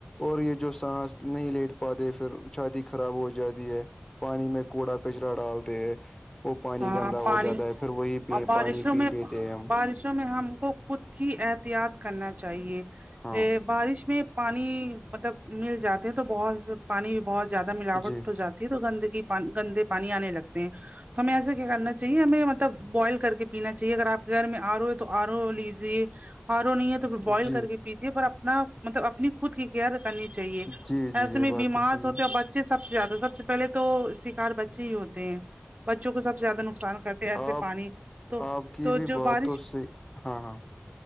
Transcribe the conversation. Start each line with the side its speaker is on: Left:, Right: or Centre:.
Left: اور یہ جو سانس نہیں لٹ پاتے پھر چھاتی خراب ہو جاتی ہے پانی میں کوڑا کچرا ڈالتے ہیں وہ پانی
Right: ہاں
Left: گندا
Right: پانی
Left: ہو جاتا ہے پھر وہیی پ
Right: اور بارشوں
Left: پانی پی
Right: میں
Left: لیتے ہیں ہم
Right: بارشوں میں ہم کو خود کی احتیاط کرنا چاہیے
Left: ہاں
Right: بارش میں پانی مطلب مل جاتے ہیں تو بہت پانی بہت زیادہ ملاوٹ
Left: جی
Right: ہو جاتی تو گندگی پن گندے پانی انے لگتے ہیں تو ہمیں ایسا کیا کرنا جی ہمیں مطلب بوائل کر کے پینا چاہیے اگر اپ کے گھر میں ارو ہے تو ارو لیجیے ہرو نہیں ہے تو پھر
Left: جی
Right: بوائل کر کے پیجیے پر اپنا مطلب اپنی خود کی کیئر کرنی چاہیے
Left: جی جی
Right: ایسے
Left: یہ
Right: میں
Left: بات
Right: بیمار
Left: تو صحیح
Right: سوچو
Left: ہے
Right: بچ ے سب سے زیادہ سب سے پہلے تو شکار بچے ہی ہوتے ہیں بچوں کو سب سے زیادہ نقصان کر ایسے
Left: آپ
Right: پانی تو
Left: آپ کی
Right: تو
Left: بھی
Right: جو
Left: بات
Right: بارش
Left: تو صحیح ہاں ہاں